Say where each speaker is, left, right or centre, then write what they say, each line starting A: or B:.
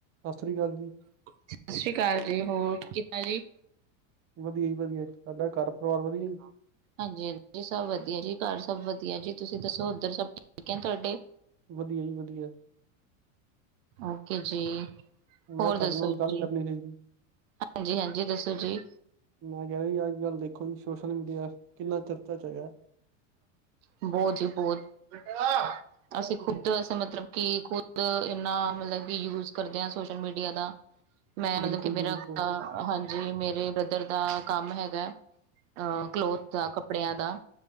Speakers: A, on the right; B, on the right.
A: ਸਤਿ ਸ਼੍ਰੀ ਅਕਾਲ ਜੀ
B: ਸਤਿ ਸ਼੍ਰੀ ਅਕਾਲ ਜੀ। ਹੋਰ, ਕਿੱਦਾਂ ਜੀ?
A: ਵਧੀਆ ਹੀ ਵਧੀਆ, ਤ੍ਹਾਡਾ ਘਰ-ਪਰਿਵਾਰ ਵਧੀਆ ਜੀ?
B: ਹਾਂਜੀ, ਹਾਂਜੀ, ਸਭ ਵਧੀਆ ਜੀ, ਘਰ ਸਭ ਵਧੀਆ ਜੀ। ਤੁਸੀਂ ਦੱਸੋ, ਉੱਧਰ ਸਭ ਠੀਕ ਹੈ ਤੁਹਾਡੇ?
A: ਵਧੀਆ ਜੀ ਵਧੀਆ।
B: ਓਕੇ-ਜੀ।
A: ਮੈਂ
B: ਹੋਰ
A: ਤੁਹਾਡੇ
B: ਦੱਸੋ
A: ਨਾਲ ਗੱਲ
B: ਜੀ,
A: ਕਰਨੀ ਸੀ ਜੀ।
B: ਹਾਂਜੀ-ਹਾਂਜੀ ਦੱਸੋ ਜੀ?
A: ਮੈਂ ਕਿਆ ਜੀ, ਅੱਜ-ਕੱਲ ਦੇਖੋ ਜੀ ਸੋਸ਼ਲ ਮੀਡੀਆ, ਕਿੰਨਾ ਚਰਚੇ'ਚ ਹੈਗਾ।
B: ਬਹੁਤ ਜੀ ਬਹੁਤ। <unintelligible> ਅਸੀਂ ਖੁੱਦ ਅਸੀਂ ਮਤਲਬ ਕਿ ਖੁੱਦ ਇਨਾ ਮਤਲਬ ਕਿ ਯੂਜ ਕਰਦੇ ਹਾਂ ਸੋਸ਼ਲ ਮੀਡੀਆ ਦਾ
A: <inaudible>
B: ਮੈਂ ਮਤਲਬ ਕਿ ਮੇਰਾ
A: ਜੀ ਬਿਲਕੁਲ,
B: ਹਾਂਜੀ, ਮੇਰੇ ਬ੍ਰਦਰ ਦਾ ਕੰਮ ਹੈਗਾ ਅਹ ਕਲੋਥ ਦਾ ਕੱਪੜਿਆਂ ਦਾ।